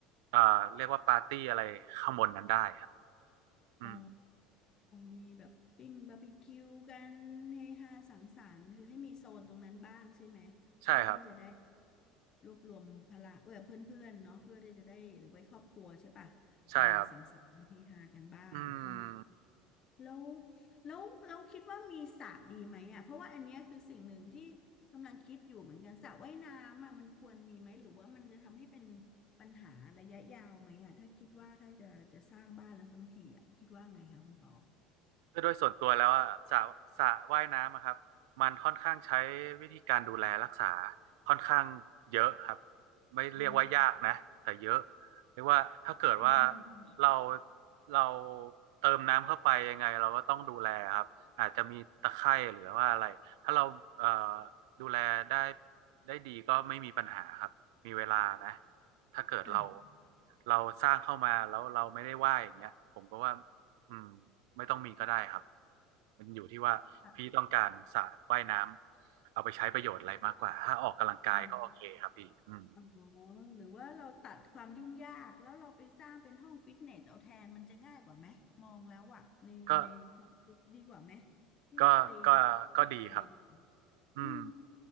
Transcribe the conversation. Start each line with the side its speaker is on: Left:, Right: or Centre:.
Right: เอ่อเรียกว่าปาร์ตี้อะไรข้างบนนั้นได้ครับอืม
Left: อ๋อมีแบบปิ้งบาร์บีคิวกันเฮฮาสังสรรค์คือให้มีโซนตรงนั้นบ้างใช่ไหมเพื่อที่จะได้
Right: ใช่ครับ
Left: รวบรวมพลังเออเพื่อนๆเนาะเพื่อที่จะได้หรือไว้ครอบครัวใช่ปะ
Right: ใช่ครับ
Left: มาสังสรรค์เฮฮากันบ้างโอ้
Right: อืม
Left: แล้วแล้วแล้วคิดว่ามีสระดีไหมอ่ะเพราะว่าอันเนี้ยคือสิ่งหนึ่งที่กำลังคิดอยู่เหมือนกันสระว่ายน้ำอ่ะมันควรมีไหมหรือว่ามันจะทำให้เป็น ปัญหาระยะยาวไหมอ่ะถ้าคิดว่าถ้าจะจะสร้างบ้านแล้วทั้งทีอ่ะคิดว่าไงคะคุณปอ
Right: คือโดยส่วนตัวแล้วอะสระสระว่ายน้ำอะครับมันค่อนข้างใช้วิธีการดูแลรักษาค่อนข้างเยอะครับไม่เรียกว่ายากนะแต่เยอะ
Left: โอ๋อ
Right: เรียกว่าถ้าเกิดว่า
Left: ืมอืม
Right: เราเราเติมน้ำเข้าไปยังไงเราก็ต้องดูแลครับอาจจะมีตะไคร่หรือว่าอะไรถ้าเราเอ่อดูแลได้ได้ดีก็ไม่มีปัญหาครับมีเวลานะถ้าเกิดเรา
Left: จ้ะ
Right: เราสร้างเข้ามาแล้วเราไม่ได้ว่ายอย่างเงี้ยผมก็ว่า อืมไม่ต้องมีก็ได้ครับมันอยู่ที่ว่าพี่ต้องการสระว่ายน้ำเอาไปใช้ประโยชน์อะไรมากกว่า
Left: จ้ะ
Right: ถ้าออกกำลังกายก็โอเคครับพี่อืม
Left: อืมอ๋อหรือว่าเราตัดความยุ่งยากแล้วเราไปสร้างเป็นห้องฟิตเนสเอาแทนมันจะง่ายกว่าไหมมองแล้วอ่ะในในความคิดดีกว่าไหม
Right: ก็
Left: พี่ก็เลยอยากได้ไอเดีย
Right: ก็ก็ก็ดีครับอืม
Left: อืม